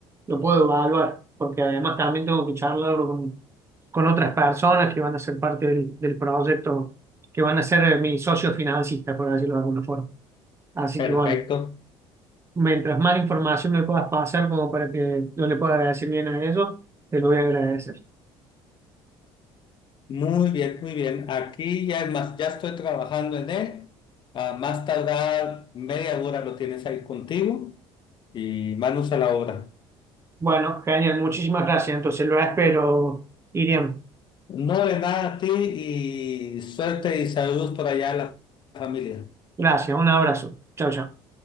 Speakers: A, on the right; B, on the left.
A: lo puedo evaluar, porque además también tengo que charlarlo con, con otras personas que van a ser parte del, del proyecto, que van a ser eh, mis socios financistas, por decirlo de alguna forma. Así
B: Perfecto.
A: que bueno, mientras más información me puedas pasar como para que yo le pueda decir bien a ellos, te lo voy a agradecer.
B: Muy bien, muy bien. Aquí ya es más, ya estoy trabajando en él. A más tardar media hora lo tienes ahí contigo y manos a la obra.
A: Bueno, genial, muchísimas gracias. Entonces lo espero, Iriam.
B: No de nada a ti y suerte y saludos por allá a la familia.
A: Gracias, un abrazo. Chao, chao.